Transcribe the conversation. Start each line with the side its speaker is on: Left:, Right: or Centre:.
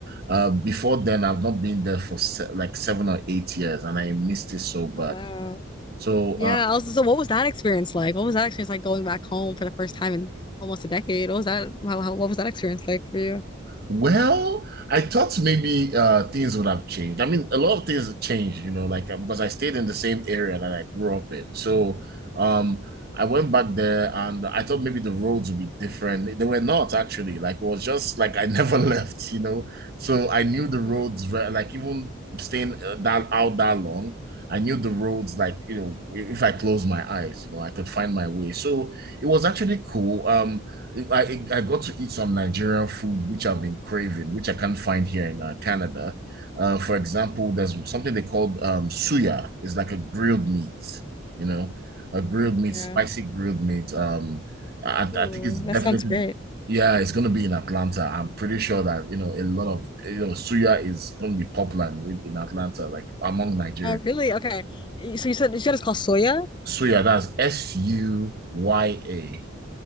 Right: Uh, before then, I've not been there for se like seven or eight years, and I missed it so bad.
Left: Oh wow.
Right: So uh,
Left: Yeah, also so what was that experience like? What was that experience like going back home for the first time in almost a decade? What was that how, how what was that experience like for you?
Right: Well, I thought maybe uh, things would have changed. I mean, a lot of things have changed, you know, like uh, because I stayed in the same area that I grew up in. So um, I went back there and I thought maybe the roads would be different. They were not actually. Like it was just like I never <laughs> left, you know. So I knew the
Left: Mm,
Right: roads were like even staying uh, that out that long. I knew the roads, like, you know, if I closed my eyes, you know, I could find my way. So it was actually cool. Um, I, I got to eat some Nigerian food, which I've been craving, which I can't find here in uh, Canada. Uh, for example, there's something they called um, suya. It's like a grilled meat, you know, a grilled meat,
Left: Yeah.
Right: spicy grilled meat. Um, I,
Left: Ooh,
Right: I think it's definitely,
Left: that sounds great.
Right: yeah, it's going to be in Atlanta. I'm pretty sure that, you know, a lot of, you know, suya is going to be popular in, in Atlanta, like among Nigerians.
Left: Oh, really? Okay. Y- So you said you said it's called soya?
Right: Suya, that's S U Y A.